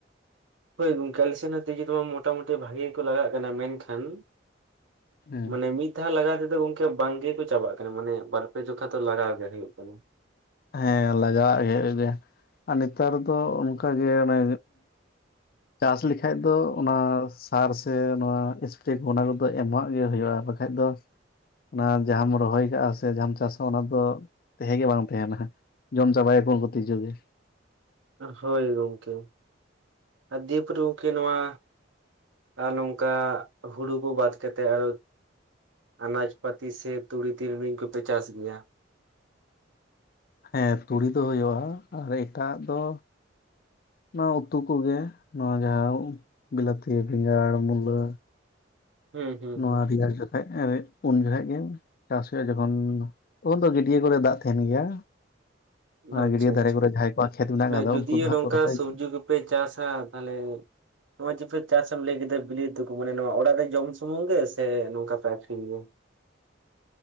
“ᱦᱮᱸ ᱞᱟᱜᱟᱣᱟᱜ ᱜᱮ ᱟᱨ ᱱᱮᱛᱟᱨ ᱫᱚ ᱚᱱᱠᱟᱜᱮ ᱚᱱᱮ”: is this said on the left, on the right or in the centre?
Left